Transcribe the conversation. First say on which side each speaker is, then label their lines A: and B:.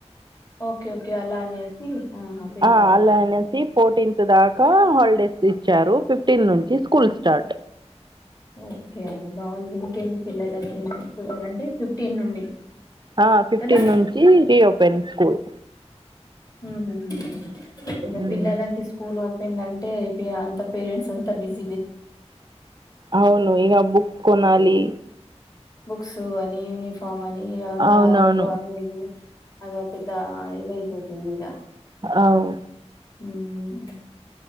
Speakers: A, on the left; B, on the right.
A: okay okay అలా అనేసి ఆహా పెంచారా
B: ఆ అలా అనేసి ఫోర్టీన్త్ దాక హాలిడేస్ ఇచ్చారు ఫిఫ్ ఫిఫ్టీన్ నుంచి స్కూల్ స్టార్ట్
A: ఒకే అండి బాగుంది ఈకేంది పిల్లలకి ట్వెల్ అంటే ఫిఫ్టీన్ నుండి
B: ఆ ఫిఫ్టీన్
A: కదా
B: నుంచి రీఓపెన్ స్కూల్
A: ఉహ్మ్ ఇగ
B: హ్మ్.
A: పిల్లలకి స్కూల్ ఓపోయిందంటే అంత పేరెంట్స్ అంత బిజి
B: అవును ఇగ బుక్స్ కొనాలి
A: బుక్స్ అని యూనిఫామ్ అని అ బ్యాగు
B: అవునవును
A: అవి ఇవి అదో పెద్ద ఇది అయిపోతుంది ఇగ
B: అవ్
A: హ్మ్